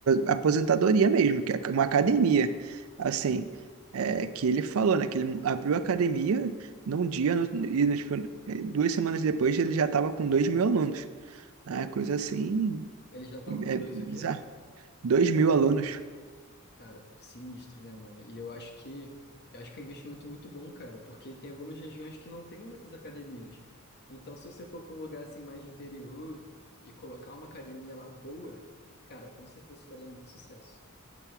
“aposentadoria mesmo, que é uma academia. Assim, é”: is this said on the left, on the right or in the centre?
Right